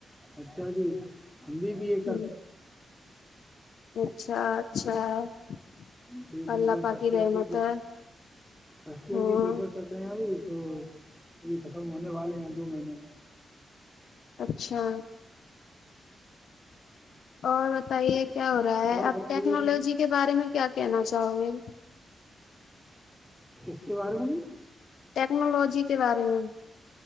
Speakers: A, in the centre; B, on the left.
A: اچھا جی <unintelligible> ہمبھی بھی ایک
B: ہ اچھا اچھا <unintelligible>
A: جی بالکل
B: اللہ پاک
A: فرسٹ
B: کی رحمت
A: ایئر کے
B: ہے
A: فسٹ ایئر
B: ہاں
A: کے پیپر <unintelligible> چ رہے ہیں ابھی تو ابھی ختم ہونے والے ہیں دو مہینے میں
B: اچھا اور بتائیے کیا ہو رہا ہے
A: اور
B: اپ
A: بتائیے
B: ٹیکنالوجی
A: کہ
B: کے بارے میں کیا کہنا چاہو گے
A: کس کے بارے میں نہیں
B: ٹیکنالوجی کے بارے میں